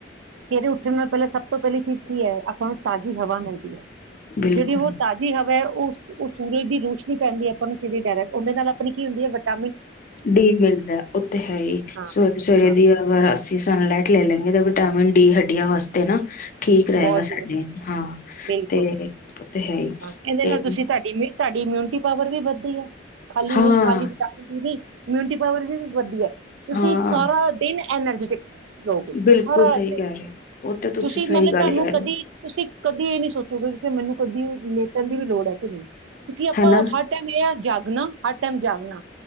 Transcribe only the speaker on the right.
ਚਿਹਰੇ ਉੱਠਣ ਨਾਲ ਪਹਿਲਾਂ ਸਭ ਤੋਂ ਪਹਿਲੀ ਚੀਜ਼ ਕੀ ਹੈ ਆਪਾਂ ਨੂੰ ਤਾਜ਼ੀ ਹਵਾ ਮਿਲਦੀ ਹੈ
ਜਿਹੜੀ ਉਹ ਤਾਜ਼ੀ ਹਵਾ ਉਹ ਉਹ ਸੂਰਜ ਦੀ ਰੋਸ਼ਨੀ ਪੈਂਦੀ ਆਪਾਂ ਨੂੰ ਸਿੱਧੀ ਡਾਇਰਕਟ ਉਹਦੇ ਨਾਲ ਆਪਣੀ ਕੀ ਹੁੰਦੀ ਹੈ ਵਿਟ
ਹਾਂ,
ਹਾਂ।
ਬਹੁਤ ਜ਼ਰੂਰੀ,
ਬਿਲਕੁਲ
ਹਾਂ ਕਹਿੰਦੇ
ਨਾਲ ਤੁਸੀਂ ਤੁਹਾਡੀ ਮ ਸਾਡੀ ਇਮਿਊਨਿਟੀ ਪਾਵਰ ਵੀ ਵੱਧਦੀ ਆ ਖਾਲੀ
ਹੋਈ ਖਾਲੀ ਵਿਟਾਮਿਨ ਡੀ ਇਮਿਊਨਿਟੀ ਪਾਵਰ ਵੀ ਵਧੀਆ ਤੁਸੀਂ
ਸਾਰਾ ਦਿਨ ਐਨਰਜੀਟੀਿਕ ਲੋਕ
ਸਾਰਾ
ਦਿਨ
ਤੁਸੀਂ
ਮਤਲਬ
ਤੁਹਾਨੂੰ
ਕਦੀ
ਤੁਸੀਂ ਕਦੀ ਇਹ ਨੀ ਸੋਚੋਗੇ ਕਿ ਮੈਨੂੰ ਕਦੀ ਲੇਟਣ ਦੀ ਵੀ ਲੋੜ ਹੈ ਕਿ ਨਹੀਂ ਕਿਉਂਕਿ ਆਪਾਂ
ਹਰ ਟਾਈਮ ਇਹ ਜਾਗ ਹਰ ਟਾਈਮ ਜਾਗ ਨਾ